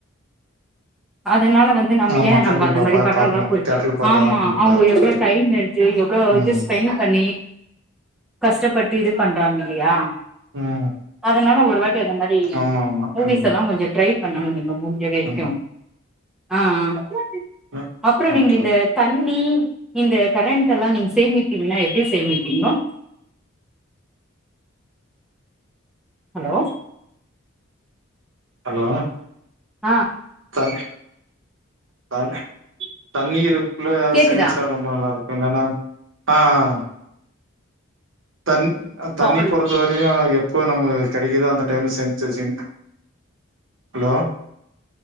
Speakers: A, in the centre; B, on the right.
A: அதனால வந்து நம்ப
B: ஆமா.
A: ஏ
B: கண்டிப்பா
A: நம்ப அந்த மாரி
B: பா
A: படோல்லா
B: பாக்கணும்.
A: போய்
B: தியேட்டர்ல பாத்தா
A: ஆமா
B: தான் கொஞ்சம் நல்லாருக்கும்.
A: அவுங்க எவ்ளோ டைம் எடுத்து எவ்ளோ
B: ம்.
A: இது ஸ்பெண் பண்ணி கஷ்டப்பட்டு இது பண்றாங்க இல்லையா
B: ம்.
A: அதனால ஒரு வாட்டி அந்த மாரி
B: ஆமாமா.
A: மூவிஸ்
B: ம்.
A: எல்லா கொஞ்சொ ட்ரை பண்ண முடியு
B: ம்.
A: <unintelligible> அ அ
B: ம்.
A: அப்றம்
B: ஓகே,
A: நீங்க இந்த
B: ஓகே.
A: தண்ணி இந்த கரண்ட்டெல்லா நீங்க சேமிப்பீங்கன்னா எப்டி சேமிப்பீங்கோ ஹலோ
B: ஹலோ
A: ஆ
B: த த தண்ணீரு <unintelligible>
A: கேக்குதா
B: சேமிச்சா ரொம்ப நல்லாருக்கு என்னனா ஆ ஆ தண் அ தண்ணி
A: கால்
B: பொறுத்த வரையு எப் எப்போ நம்ம கெடைக்கிதோ அந்த டைம்ல சேமிச்சு வச்சுங்க ஹலோ